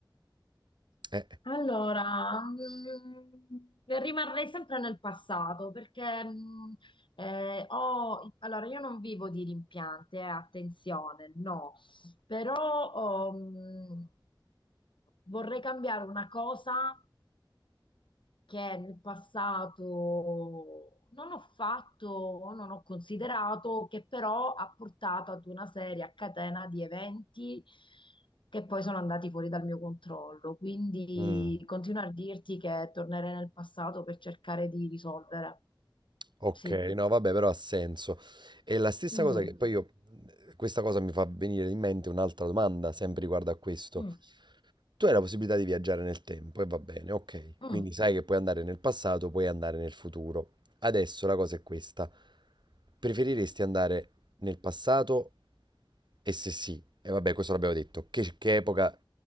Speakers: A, on the right (about 65°); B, on the left (about 75°).
A: Eh.
B: Allora, mm, rimarrei sempre nel passato perché mm, eh, ho, allora io non vivo di rimpianti, eh, attenzione, no, però oh, mm, vorrei cambiare una cosa che nel passato non ho fatto o non ho considerato, che però ha portato ad una serie a catena di eventi che poi sono andati fuori dal mio controllo. Quindi
A: Mm.
B: continuo a dirti che tornerei nel passato per cercare di risolvere.
A: Ok,
B: Sì.
A: no vabbè, però ha senso. E la stessa
B: Mm,
A: cosa che poi io, questa cosa mi fa venire in mente un'altra domanda, sempre riguardo a questo.
B: mm,
A: Tu hai la possibilità di viaggiare nel tempo e va bene, ok.
B: mm,
A: Quindi sai che puoi andare nel passato, puoi andare nel futuro. Adesso la cosa è questa. Preferiresti andare nel passato? E se sì, e vabbè, questo l'abbiamo detto, che, che epoca